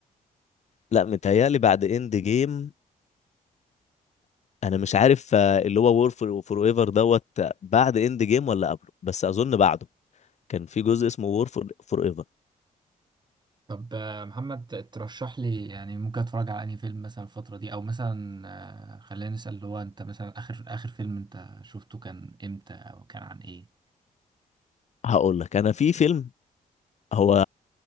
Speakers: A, on the left; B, on the right.
A: لا متهيألي بعد اند جيم انا مش عارف آه، اللي هو وور فور فور ايفر دوت آه، بعد اند جيم ولا قبله بس اظن بعده كان في جزء اسمه وور فور فور ايفر
B: طب آه، محمد ترشح لي يعني ممكن اتفرج على انهي فيلم مثلا الفترة دي او مثلا آه، خلينا نسأل اللي هو انت مثلا اخر اخر فيلم انت شفته كان امتى او كان عن ايه
A: هقول لك انا في فيلم هو